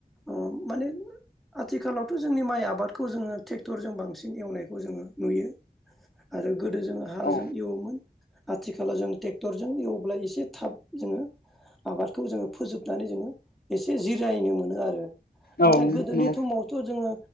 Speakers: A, in the centre; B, on the left (about 75°).
A: उम माने आथिखालावथ' जोंनि माइ आबादखौ जोङो ट्रेक टरजों बांसिन एवनायखौ जोङो नुयो आरो गोदो जोङो हालजों
B: औ
A: एवोमोन आथिखालाव जों टेक्टरजों एवोब्ला एसे थाब जोङो आबादखौ जोङो फोजोबनानै जोङो एसे जिरायनो मोनो आरो।
B: औ नंगौ औ
A: नाथाय
B: उम
A: गोदोनि
B: औ
A: थमाव थ' जोङो